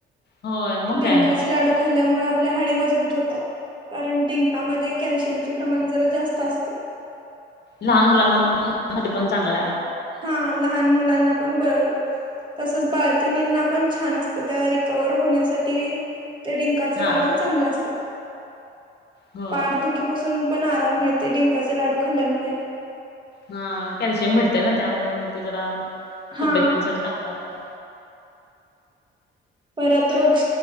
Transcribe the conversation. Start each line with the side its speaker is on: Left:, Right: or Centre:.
Left: होय मग
Right: डिंकाचे
Left: काय
Right: लाडू खाल्ल्यामुळे आपले हाडे मजबूत होतात. कारण डिंकामध्ये कॅल्शियमचे प्रमाण जरा जास्त असत.
Left: लहान मुलांना लहान मुलांसाठी पण चांगलाय.
Right: हा लहान मुलांना पण ब तसंच बाळतीणींना पण छान असतं त्या रिकवर होण्यासाठी. ते डिंकाचे
Left: हा
Right: लाडू चांगले असतात.
Left: होय
Right: पाठदुखीपासून पण आराम मिळते डिंकाचे लाडू खाल्ल्यामुळे.
Left: हा कॅल्शियम भेटतय ना त्यामुळ म ते जरा
Right: हा
Left: तब्यतीसाठी चांगलं असतय.
Right: परत रोग